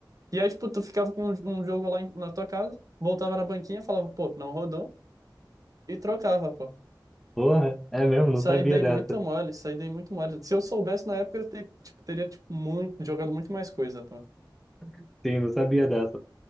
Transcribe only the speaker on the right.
E aí tipo tu ficava com um, um jogo lá em- na tua casa, voltava na banquinha, falava, pô, não rodou e trocava, pô.
Isso
aí dei
muita mole, isso aí dei muito mole. Se eu soubesse na época, eu te- tipo, teria tipo, muito, jogado muito mais coisa, pô.